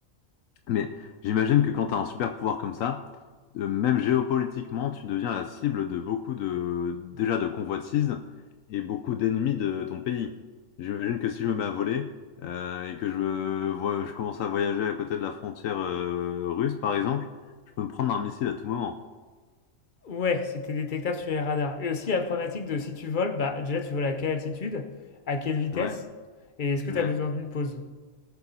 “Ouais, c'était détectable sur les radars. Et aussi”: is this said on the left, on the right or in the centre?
Left